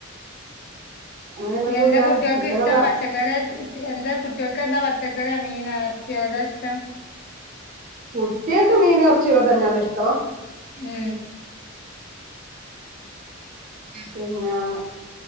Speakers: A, on the right; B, on the left.
A: അങ്ങനെയെല്ലാം കൂടിയാണ്
B: എന്റെ കുട്ടികൾക്ക്
A: ചിക്കനൊക്കെ
B: ഇഷ്ടം പച്ചക്കറി എന്റെ കുട്ടികൾക്ക് ക്കെന്താ പച്ചക്കറി മീനാ എർച്യാ ഏതാ ഇഷ്ടം
A: കുട്ടിയാക് മീനും, എറച്ചിയൊക്കെ തന്നെണ് ഇഷ്ടോം.
B: ഏ
A: പിന്നാ